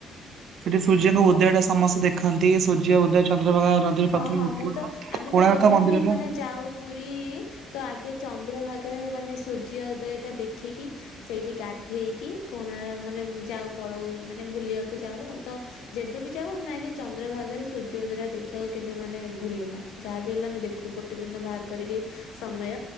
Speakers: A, on the right (about 65°); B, on the left (about 80°).
A: ସେଠି ସୂର୍ଯ୍ୟଙ୍କ ଉଦୟ ଟା ସମସ୍ତେ ଦେଖନ୍ତି ସୂର୍ଯ୍ୟ ଉଦୟ ଚନ୍ଦ୍ରଭାଗା ନଦୀରେ
B: ହଁ
A: ପ୍ରଥମେ
B: ହଁ
A: ଉଠିବ।
B: ମୁଁ ତ ଆମେ
A: କୋଣାର୍କ
B: ତ ଯେବେ
A: ମନ୍ଦିରର
B: ବି ମାନେ ଯାଉ ପୁରୀ ଇ ତ ଆଗେ ଚନ୍ଦ୍ର ଭାଗାରେ ମାନେ ସୂର୍ଯ୍ୟ ଉଦୟ ଟା ଦେଖିକି ସେଇଠି ଗାଧେଇକି କୋଣା ମାନେ ଯାଉ ପଳଉ ମାନେ ବୁଲିବାକୁ ଯାଉ ଆଉ ତ ଯେବେ ବି ଯାଉ ଆମେ ଆଗେ ଚନ୍ଦ୍ରଭାଗାରେ ସୂର୍ଯ୍ୟ ଉଦୟ ଟା ଦେ ଦେଖିବାକୁ କେବେ ମାନେ ଭୁଲୁନା ଯାହା ବି ହେଲେ ଆମେ ଦେଖୁ ଗୋଟେ ଦିନ ବାହାର କରିକି ସମୟ।